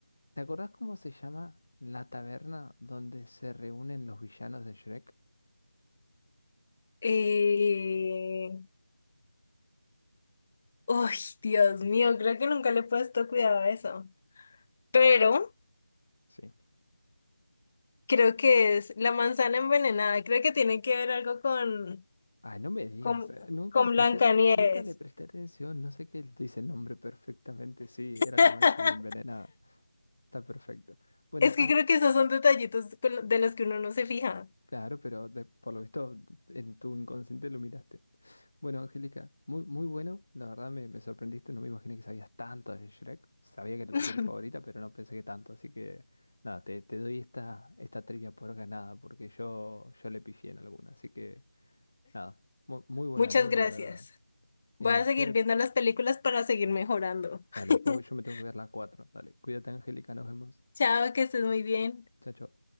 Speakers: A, on the left (about 60°); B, on the left (about 30°).
A: ¿Te acordás cómo se llama la taberna donde se reúnen los villanos de Shrek?
B: eh, uy, Dios mío, creo que nunca le he puesto cuidado a eso. Pero
A: Sí.
B: creo que es la manzana envenenada. Creo que tiene que ver algo con,
A: Ay, no me digas,
B: con,
A: eh, nunca
B: con
A: le presté,
B: Blancanieves.
A: nunca le presté atención, no sé qué dice el nombre perfectamente, sí, era
B: <laughs>
A: la manzana envenenada, está perfecto. Bueno,
B: Es
A: Ángel,
B: que creo que esos son detallitos con lo- de los que uno no se fija.
A: claro, pero de- por lo visto en tu inconsciente lo miraste. Bueno, Angélica, muy, muy bueno, la verdad me, me sorprendiste, no me imaginé que sabías tanto de Shrek, sabía que era
B: <laughs>
A: tu peli favorita, pero no pensé que tanto, así que nada, te, te doy esta, esta trivia por ganada, porque yo, yo le pifié en alguna, así que nada, mu- muy buena,
B: Muchas
A: muy buena,
B: gracias.
A: de verdad. Eh,
B: Voy a
A: espero
B: seguir viendo las películas para seguir mejorando.
A: Dale,
B: <laughs>
A: después yo me tengo que ver las cuatro Dale, cuídate, Angélica, nos vemos.
B: Chao, que estés muy bien.
A: Chao, chao.